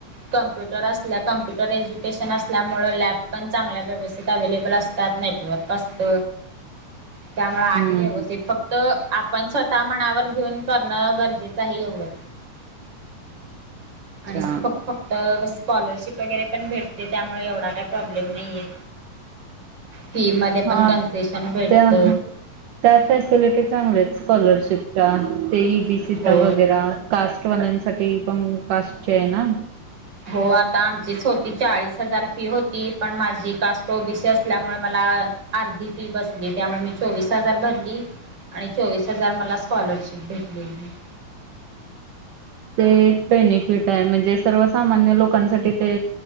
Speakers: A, on the right (about 30°); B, on the right (about 65°).
A: कम्प्युटर असल्या कम्प्युटर एज्युकेशन असल्यामुळे लॅब पण चांगल्या व्यवस्थेत एवेलेबल अस नेटवर्क असत त्यामुळे आहे
B: हम्म
A: व्यवस्थित फक्त आपण स्वतः मनावर घेऊन करणं गरजेचं आहे एवढंच.
B: अच्छा
A: आणि फ -फक्त स्कॉलरशिप वगैरे पण भेटते त्या त्यामुळे एवढा काही प्रॉब्लेम नाहीये. फी मध्ये पण
B: हा
A: कन्सेशन भेटत
B: त्या -त्या फॅसिलिटी चांगल्या आहेत स्कॉलरशिप <unintelligible> ते ई बीसीचा
A: हो
B: वगैरा कास्टवाल्यांसाठी पण कास्टचे आहे ना.
A: हो आता आमचीच होती चाळीस हजार फी होती पण माझी कास्ट ओबीसी असल्यामुळे मला अर्धी फी बसली त्यामुळे मी चोवीस हजार भरली. आणि चोवीस हजार मला स्कॉलरशिप भेटलेली. <inaudible>
B: ते एक बेनिफिट आहे म्हणजे सर्वसामान्य लोकांसाठी ते